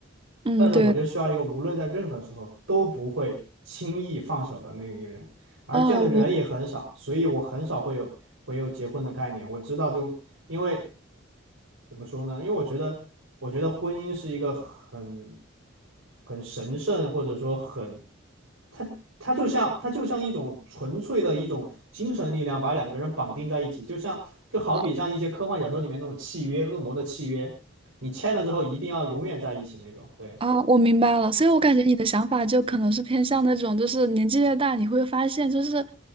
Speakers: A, on the right; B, on the right.
A: 嗯，
B: 但是我就需要一个无论在任何时候都不会轻易放手的那个人，
A: 对。
B: 而这样的人也很少，
A: 啊，我
B: 所以我很少会有会有结婚的概念。我知道就，因为怎么说呢？因为我觉得，我觉得婚姻是一个很很神圣，或者说很，它它就像它就像一种纯粹的一种精神力量，把两个人绑定在一起，就像就好比像一些科幻小说里面那种契约，
A: 啊
B: 恶魔的契约。你签了之后一定要永远在一起那种。对，
A: 啊，我明白了。所以我感觉你的想法就可能是偏向那种，就是年纪越大，你会发现，就是